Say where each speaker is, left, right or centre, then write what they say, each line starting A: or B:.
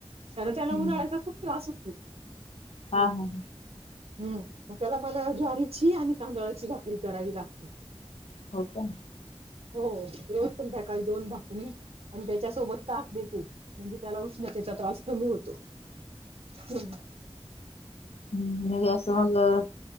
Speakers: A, on the right; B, on the left.
A: खरं त्याला
B: हम्म.
A: उन्हाळ्याचा खूप त्रास होतो
B: हा
A: हम्म
B: हा
A: हम्म त्याला मला ज्वारीची आणि तांदळाची भाकरी करावी लागते
B: हो का
A: हो रोज पण त्या्या काळी दोन भाकणी आणि त्याच्यासोबत ताक देतील म्हणजे त्याला उष्णतेचा त्रास कमी होतो हम्म
B: ह् म्हणजे असं मग